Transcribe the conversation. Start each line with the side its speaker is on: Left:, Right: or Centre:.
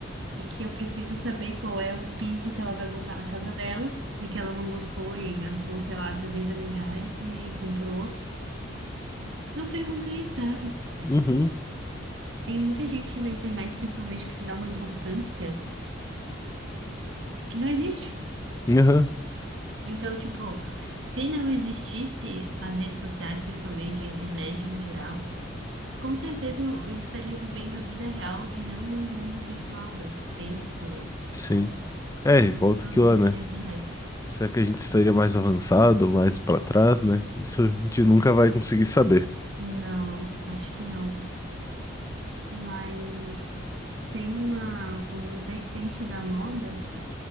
Right: e que eu preciso saber qual é o piso que ela vai botar na casa dela e que ela não gostou e gastou, sei lá, 60 mil reais e comprou outro. Não perguntei, sabe?
Left: Uhum,
Right: Tem muita gente na internet, principalmente, que se dá uma importância. que não existe.
Left: uhum,
Right: Então, tipo, se não existisse as redes sociais, principalmente a internet no geral, com certeza eu, eu estaria vivendo a vida real e não o mundo virtual, né? Tem isso também.
Left: sim. É,
Right: Muitas
Left: e volta
Right: pessoas
Left: aqui lá,
Right: vivem
Left: né?
Right: na internet.
Left: Será que a gente estaria mais avançado, mais pra trás, né? Isso a gente nunca vai conseguir saber.
Right: Não, acho que não. Mas tem uma, uma vertente da moda